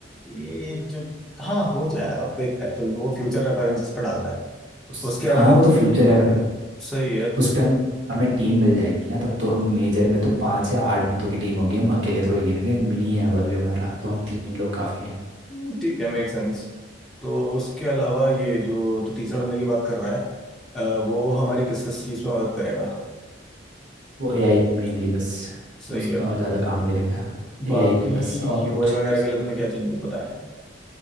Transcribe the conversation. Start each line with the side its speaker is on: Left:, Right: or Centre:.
Centre: ये जो हाँ हो जाएगा अब देखते हैं फिर वो फ्यूचर रेफरेंसेस पे डालना है
Right: उस
Centre: उसके
Right: हाँ
Centre: अलावा
Right: वो तो
Centre: तू
Right: फ्यूचर है
Centre: सही है
Right: उस पर हम हमें टीम मिल जाएगी ना तब तो हम मेजर में तो पाँच या आठ बंदों की टीम होगी हम अकेले थोड़ी गिनेंगे मिनी है अब अभी हमारा तो हम तीन लोग काफ़ी हैं
Centre: हम्म, ठीक है मेक सेंस तो उसके अलावा ये जो तू तीसरा बंदे की बात कर रहा है अ, वो हमारी किस किस चीज़ में मदद करेगा
Right: वो एआई पे मेनली बस
Centre: सही
Right: उसका
Centre: है
Right: और ज़्यादा काम दे देगा एआई
Centre: बाकी
Right: पे बस और
Centre: यूआई
Right: कुछ
Centre: वगैरह
Right: नहीं कर सकते
Centre: के लिए तूने क्या चेंजेस बताए हैं?